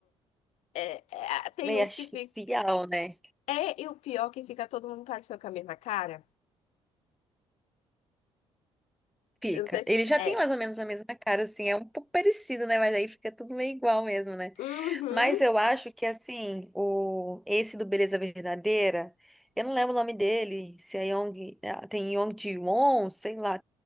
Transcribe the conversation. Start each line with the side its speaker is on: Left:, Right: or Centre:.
Left: é, é, tem
Centre: Meio
Left: uns
Centre: artificial,
Left: que ficam.
Centre: né?
Left: É, e o pior é que fica todo mundo parecendo com a mesma cara.
Centre: Fica.
Left: Eu não sei se.
Centre: Ele já
Left: É.
Centre: tem mais ou menos a mesma cara, assim, é um pouco parecido, né? Mas aí fica tudo meio igual mesmo, né?
Left: Uhum.
Centre: Mas eu acho que, assim, o esse do Beleza Verdadeira, eu não lembro o nome dele, se é Yong, ah, tem Yong Ji-won, sei lá.